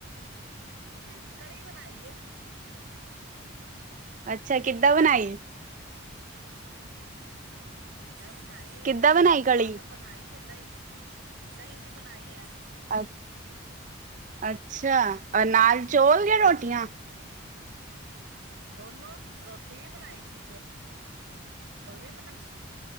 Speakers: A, on the right; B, on the right.
A: <inaudible> ਕੜੀ ਬਣਾਈਏ।
B: ਅੱਛਾ, ਕਿੱਦਾਂ ਬਣਾਈ।
A: ਕਿੱਦਾਂ ਬਣਾਈ,
B: ਕਿੱਦਾਂ
A: ਦਹੀਂ
B: ਬਣਾਈ ਕਲੀ?
A: ਪਾ ਕੇ ਬਣਾਈ ਏ ਇਦਾਂ ਹੀ, ਦਹੀਂ ਦੀ ਬਣਾਈਂ ਐ।
B: ਅੱ ਅੱਛਾ, ਨਾਲ ਚੋਲ ਕੇ ਰੋਟੀਆਂ।
A: ਦੋਨੋ, ਰੋਟੀ ਵੀ ਬਣਾਈ ਸੀ, ਚੋ ਚੋਲ ਵੀ ਬਣਾਏ ਸੀ।